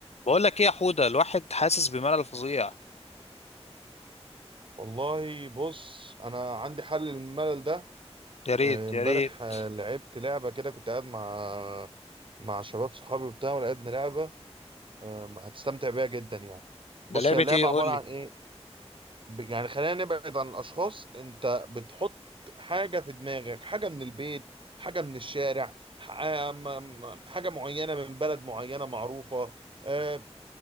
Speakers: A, on the left; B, on the right.
A: بقول لك ايه يا حوده الواحد حاسس بملل فظيع
B: والله بص انا عندي حل للملل ده
A: يا ريت
B: آه، امبارح
A: يا ريت
B: آه، لعبت لعبه كده كنت قاعد مع مع شباب صحابي وبتاع ولعبنا لعبه آه، هتستمتع بيها جدا يعني
A: ده
B: بص
A: لعبة
B: هي اللعبه
A: ايه قول
B: عباره
A: لي
B: عن ايه ب- يعني خلينا نبعد عن الاشخاص انت بتحط حاجه في دماغك حاجه من البيت حاجه من الشارع ح- آه، م- م- حاجه معينه من بلد معينه معروفه آه،